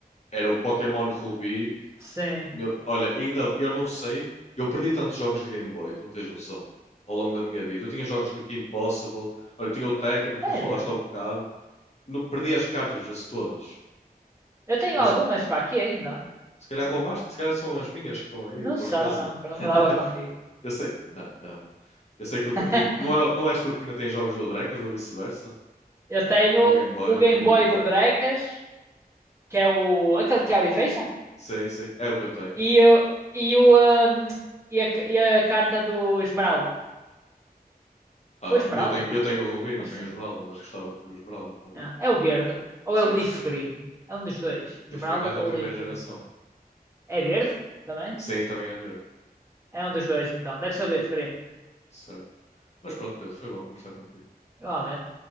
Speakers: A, on the left (about 45°); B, on the right (about 15°).
A: era o Pokémon Ruby.
B: Sim.
A: Meu, olha, ainda eu não sei, eu perdi tantos jogos de Game Boy, tu não tens noção, ao longo da minha vida. Eu tinha jogos de Kim Possible, olha, tinha o Tekken que
B: Sério?
A: tu falaste há bocado. No, perdi as cartas as todas,
B: Eu tenho
A: mas
B: algumas para aqui ainda.
A: se calhar roubaste, se calhar são as minhas que estão aí
B: Não
A: em tua
B: são,
A: casa.
B: não, que eu
A: <laughs>
B: não me dava contigo.
A: Eu sei, não, não. Eu sei que o,
B: <laughs>
A: o- não, é, não és tu que ainda tens jogos do Drecas ou vice-versa?
B: Eu tenho
A: O Game Boy,
B: o Game
A: o,
B: Boy
A: o Pac-
B: do Drecas, que é o aquele que abre e fecha,
A: Sim, sim, é o que eu tenho.
B: e, o- e, o, hum, e, a, e a carta do Esmeralda.
A: Ah,
B: É o Esmeralda?
A: eu tenho, eu tenho o Rubi, não
B: Acho
A: tenho
B: que sim.
A: o Esmeralda, mas gostava de ter o Esmeralda também.
B: Ah, É o verde. Ou
A: Sim,
B: é o Leaf
A: sim.
B: Green. É um dos dois. Esmeralda
A: Biferina é da
B: ou
A: primeira
B: Leaf
A: geração.
B: Green. É verde também?
A: Sim, também é verde.
B: É um dos dois então. Deve ser o Leaf Green.
A: Certo. Mas pronto, Pedro, foi bom conversar contigo.
B: Igualmente.